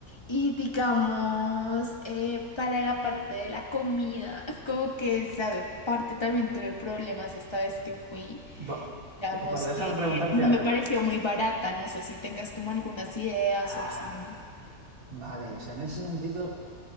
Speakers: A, on the left (about 20°); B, on the right (about 70°).
A: Y digamos, eh, para la parte de la comida, <laughs> como que esa parte también tuve problemas esta vez que fui.
B: Va-
A: Digamos
B: vale, déjame
A: que
B: preguntarte
A: no
B: algo.
A: me pareció muy barata. No sé si tengas como algunas ideas,
B: Ah,
A: opciones.
B: vale, o sea, en ese sentido,